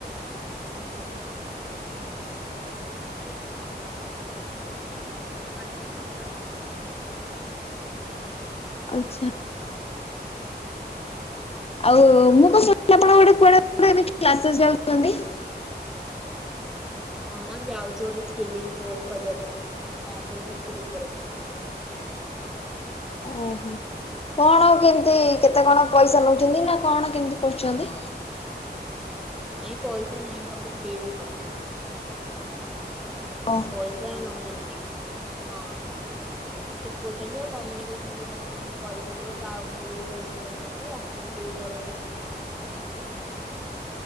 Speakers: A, in the centre; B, on the left.
A: ହୁଁ ହୋଉ <unintelligible> ଛାଡ ହୋଉଚି ଆଉ ଖାଲି ତ କାଚୁଚି ଛାଡୁଚି ହୋଉଚି ଚାଲିଚି।
B: ଆଚ୍ଛା। ଆଉ
A: ହୁଁ
B: ମୁଁ କଣ ଶୁଣିଥିଲି ଆପଣ ଗୋଟେ କୁଆଡେ ଗୋଟେ ଏମି କ୍ଲାସେସ ଯାଉଚନ୍ତି।
A: ହଁ ଯାଉଚି ଗୋଟେ ସ୍କିଲ ଇମ୍ପ୍ରୁଭ୍ କରିବା ପାଇଁ ଆଡଭାନ୍ସ ଏକ୍ସେଲ୍ ଉପରେ।
B: ଓହୋ କଣ କେମିତି କେତେ କଣ ପଇସା ନୋଉଛନ୍ତି ନା କଣ କେମିତି କରୁଚନ୍ତି?
A: ନାଇଁ ପଇସା ନାହିଁ ସବୁ ଫ୍ରି ତାଙ୍କର।
B: ଓ
A: ପଇସା ନୋଉନାହାନ୍ତି ହଁ। ଶିଖୋଉଚନ୍ତି ଆଉ କମ୍ୟୁନିକେସନ ବି କେମିତି ତମେ କରିପାରିବ ତା ଉପରେ ବି ଟ୍ରେନିଂ ନୋଉଚନ୍ତି ଆକ୍ଟିଭିଟି କରୋଉଚନ୍ତି।